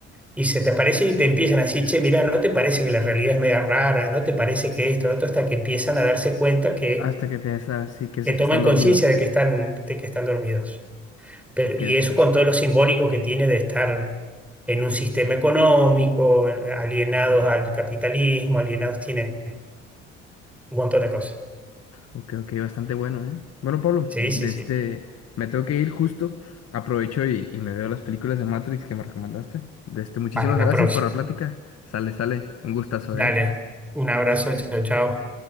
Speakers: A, in the centre; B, on the left.
A: Y se te aparece y te empiezan a decir, che, mirá, ¿no te parece que la realidad es media rara? ¿No te parece que esto, lo otro? Hasta que empiezan a darse cuenta que,
B: Hasta que piensas así que es-
A: que
B: están
A: toman conciencia
B: dormidos.
A: de que están, de que están dormidos. Pero,
B: Ok,
A: y
B: ok.
A: eso con todo lo simbólico que tiene de estar en un sistema económico, eh, alienados al capitalismo, alienados tienen un montón de cosas.
B: Ok, ok, bastante bueno, ¿eh? Bueno, Pablo,
A: Sí, sí,
B: de
A: sí.
B: este, me tengo que ir justo. Aprovecho y, y me veo las películas de Matrix que me recomendaste. De este, muchísimas
A: Para la
B: gracias
A: próxima.
B: por la plática. Sale, sale. Un gustazo,
A: Dale.
B: ¿eh?
A: Un abrazo, chao, chao.